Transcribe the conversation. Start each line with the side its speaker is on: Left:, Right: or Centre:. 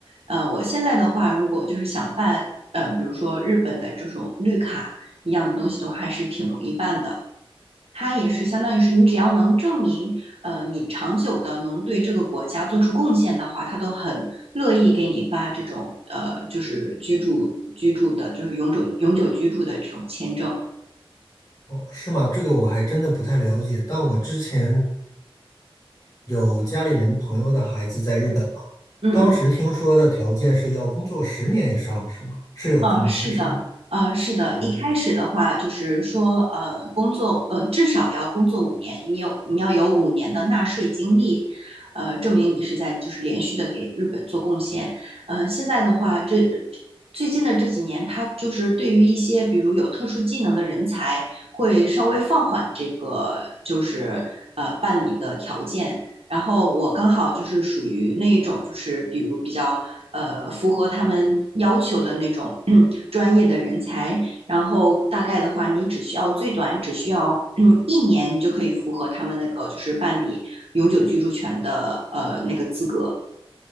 Right: 呃，我现在的话，如果就是想办，呃，比如说日本的这种绿卡一样的东西的话，还是挺容易办的。它也是相当于是你只要能证明，呃，你长久的能对这个国家做出贡献的话，他都很乐意给你发这种呃，就是居住居住的，就是永久永久居住的这种签证。
Left: 哦，是吗？这个我还真的不太了解，但我之前有家里人朋友的孩子在日本嘛，
Right: 嗯嗯
Left: 当时听说的条件是要工作十年以上，是吗？是有这么回事儿吗？
Right: 嗯，是的，呃，是的，
Left: 哦，
Right: 一开始的话就是说，呃，工作，呃，至少要工作五年，你有你要有五年的纳税经历，呃，证明你是在就是连续的给日本做贡献。呃，现在的话，这最近的这几年，它就是对于一些比如有特殊技能的人才，会稍微放缓这个就是呃办理的条件。然后我刚好就是属于那一种，就是比如比较呃符合他们要求的那种 <clears throat> <coughs> 专业的人才。然后大概的话，你只需要最短只需要 <clears throat> <coughs> 一年，你就可以符合他们那个就是办理永久居住权的呃那个资格。